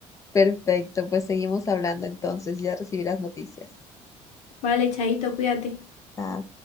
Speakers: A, on the left; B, on the left.
A: Perfecto, pues seguimos hablando entonces, ya recibirás noticias.
B: Vale, Chaito, cuídate.
A: Ah,